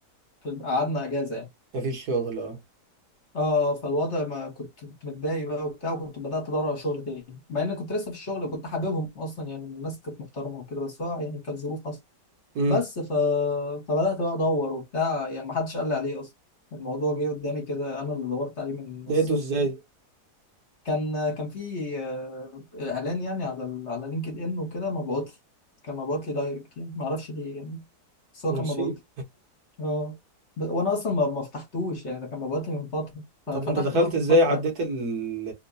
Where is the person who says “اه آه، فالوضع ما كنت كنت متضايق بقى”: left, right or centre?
Left